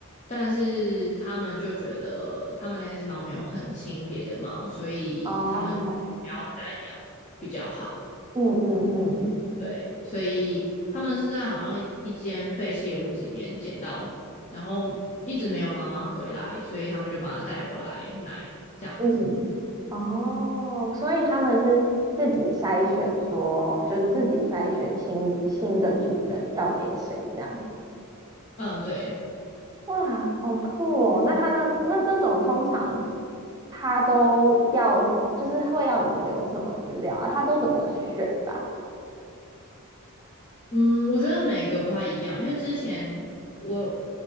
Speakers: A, on the left (about 35°); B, on the right (about 15°).
A: 但是他们就觉得他们那只猫没有很亲别的猫，所以他们就不要再养比较好。
B: 哦，嗯嗯嗯。
A: 对，所以他们是在好像一一间废弃的屋子里面捡到，然后一直没有妈妈回来，所以他们就把它带回来奶这样子。
B: 嗯，哦，所以他们是自己筛选说，就是自己筛选新新的主人要给谁这样。
A: 嗯，对。
B: 哇，好酷哦！那他那那这种通常他都要，就是会要你留什么资料啊？他都怎么选的啊
A: 嗯，我觉得每个不太一样，因为之前我